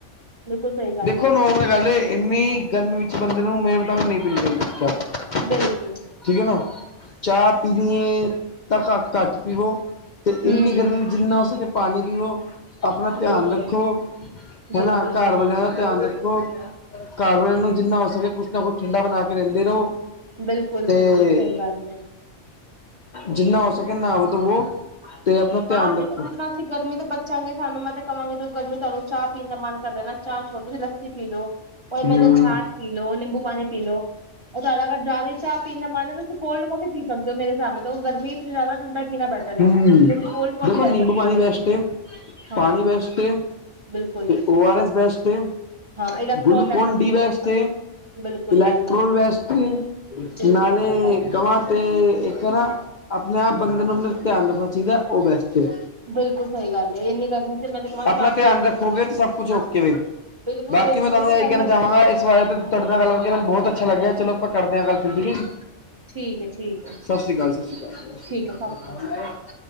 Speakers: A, on the right; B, on the left.
A: ਬਿਲਕੁਲ ਸਹੀ ਗੱਲ
B: ਦੇਖੋ
A: ਹੈ
B: ਨੋਰਮਲ ਗੱਲ ਏ, ਇੰਨੀ ਗਰਮੀ ਵਿੱਚ ਬੰਦੇ ਨੂੰ, ਮੇਰੇ ਮੁਤਾਬਿਕ ਨਹੀਂ ਪੀਣੀ ਚਾਹੀਦੀ ਚਾਹ।
A: ਬਿਲਕੁਲ।
B: ਠੀਕ ਏ ਨਾ। ਚਾਹ ਪੀਣੀ ਏ, ਤਾਂ ਘੱਟ-ਘੱਟ ਪੀਵੋ। ਤੇ
A: ਹਮ
B: ਇੰਨੀ ਗਰਮੀ ਚ, ਜਿੰਨਾ ਹੋ ਸਕੇ, ਪਾਣੀ ਪੀਓ। ਆਪਣਾ ਧਿਆਨ
A: ਬਿਲਕੁਲ
B: ਰੱਖੋ,
A: ਬਿਲਕੁਲ
B: ਹੈਨਾ। ਘਰ
A: ਬਿਲਕੁਲ
B: ਵਾਲਿਆਂ ਦਾ ਧਿਆਨ ਰੱਖੋ। ਘਰ ਵਾਲਿਆਂ ਨੂੰ, ਜਿੰਨਾ ਹੋ ਸਕੇ, ਕੁਛ ਨਾ ਕੁਛ ਠੰਡਾ ਬਣਾ ਕੇ ਦੇਂਦੇ ਰਹੋ।
A: ਬਿਲਕੁਲ-ਬਿਲਕੁਲ,
B: ਤੇ
A: ਸਹੀ ਗੱਲ ਏ।
B: ਜਿੰਨਾ ਹੋ ਸਕੇ, ਨਾਓ ਧੋਵੋ। ਤੇ ਆਪਣਾ ਧਿਆਨ
A: ਹਾਂ, ਦੇਖੋ,
B: ਰੱਖੋ
A: ਜਿੱਦਾਂ ਦੇਖੋ, ਅਸੀਂ ਗਰਮੀ ਤੋਂ ਬਚਾਂਗੇ ਸਾਨੂੰ, ਮੈਂ ਤਾਂ ਕਹਾਂਗੇ ਗਰਮੀ ਤੋਂ ਤੁਹਾਨੂੰ, ਚਾਹ ਪੀਣ ਦਾ ਮਨ ਕਰਦਾ ਨਾ, ਚਾਹ ਛੋੜ ਤੁਸੀਂ ਲੱਸ ਸੀ ਪੀ ਲੋ, ਓਦੇ
B: ਹਮ
A: ਬਦਲੇ ਛਾਛ ਪੀ ਲੋ, ਨਿੰਬੂ ਪਾਣੀ ਪੀ ਲੋ। ਉਹ ਤੁਹਾਡਾ ਅਗਰ, ਜ਼ਦਾ ਹੀ ਚਾਹ ਪੀਣ ਦਾ ਮਨ ਏ, ਤੁਸੀਂ ਕੋਲਡ ਕੋਫੀ ਪੀ ਸਕਦੇ ਹੋ, ਮੇਰੇ ਹਿਸਾਬ ਨਾਲ਼। ਦੇਖੋ ਗਰਮੀ ਜਾਦਾ ਠੰਢਾ ਹੀ ਪੀਣਾ ਬੈਟਰ
B: ਹਮ
A: ਏ। ਤੁਸੀਂ ਕੋਲਡ ਕੌਫੀ
B: ਦੇਖੋ
A: ਲੈ
B: ਨਿੰਬੂ
A: ਸਕਦੇ
B: ਪਾਣੀ
A: ਹੋ
B: ਬੈਸਟ ਏ,
A: ਹਾਂਜੀ
B: ਪਾਣੀ ਬੈਸਟ ਏ
A: ਬਿਲਕੁਲ
B: ਤੇ ਓ ਆਰ ਐਸ ਬੈਸਟ ਏ,
A: ਹਾਂ ਇਲੈਕਟ੍ਰੋਲ
B: ਗਲੂਕੋਨ
A: ਲੈ ਸਕਦੇ
B: ਡੀ
A: ਹੋ
B: ਬੈਸਟ ਏ।
A: ਬਿਲਕੁਲ
B: ਇਲੈਕਟ੍ਰੋਲ
A: ਬਿਲਕੁਲ
B: ਵੈਸਟ ਈ,
A: ਬਿਲਕੁਲ
B: ਨਾਲੇ
A: ਸਹੀ ਗੱਲ ਹੈ
B: ਕਮਾਂ ਤੇ ਇੱਕ ਹੈ ਨਾ, ਆਪਣੇ ਆਪ ਬੰਦੇ ਨੂੰ, ਮਤਲਬ ਧਿਆਨ ਰੱਖਣਾ ਚਾਹੀਦਾ, ਉਹ ਬੈਸਟ ਏ।
A: ਬਿਲਕੁਲ ਸਹੀ ਗੱਲ ਹੈ ਇੰਨੀ ਗਰਮੀ ਚ ਮੈਂ ਤਾਂ ਕਵਾਂ
B: ਆਪਣਾ
A: ਚਾਹ
B: ਧਿਆਨ
A: ਘੱਟ
B: ਰੱਖੋਗੇ
A: ਜਿੰਨੀ
B: ਤੇ,
A: ਹੋ
B: ਸਭ
A: ਸਕੇ
B: ਕੁਛ
A: ਨਾ
B: ਓਕੇ ਵੇ।
A: ਬਿਲਕੁਲ
B: ਬਾਕੀ
A: ਬਿਲਕੁਲ
B: ਮੈਂ ਤੁਹਾਨੂੰ
A: ਦੇਖੋ
B: ਇਹੀ
A: ਪਹਿਲੇ
B: ਕੈਣਾ ਚਾਹਾਂਗਾ, ਇਸ ਬਾਰੇ
A: ਹਾਂਜੀ
B: ਤ, ਤੁਹਾਡੇ ਨਾਲ ਗੱਲ ਕਰਕੇ, ਮੈਨੂੰ ਬਹੁਤ ਅੱਛਾ ਲੱਗਿਆ। ਚਲੋ ਆਪਾਂ ਕਰਦੇ ਹਾਂ ਗੱਲ ਫਿਰ, ਠੀਕ ਹੈ?
A: ਠੀਕ ਹੈ ਠੀਕ ਹੈ
B: ਸਾਸ਼ੀ ਕਾਲ, ਸਾਸ਼ੀ ਕਾਲ।
A: ਠੀਕ ਹੈ ਸਤਿ ਸ਼੍ਰੀ ਅਕਾਲ